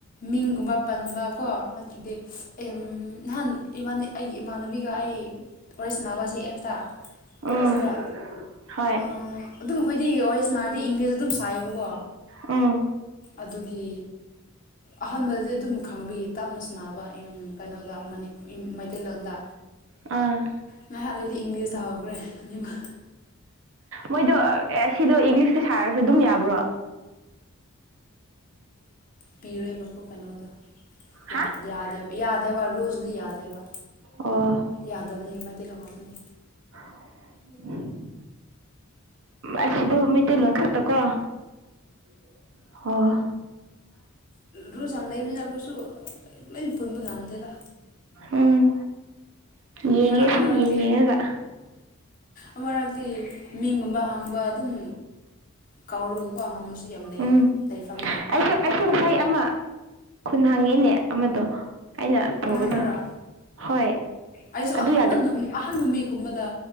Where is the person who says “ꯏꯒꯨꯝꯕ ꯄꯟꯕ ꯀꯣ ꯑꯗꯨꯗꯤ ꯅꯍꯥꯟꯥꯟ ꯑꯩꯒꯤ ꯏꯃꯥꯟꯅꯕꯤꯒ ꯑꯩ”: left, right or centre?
Left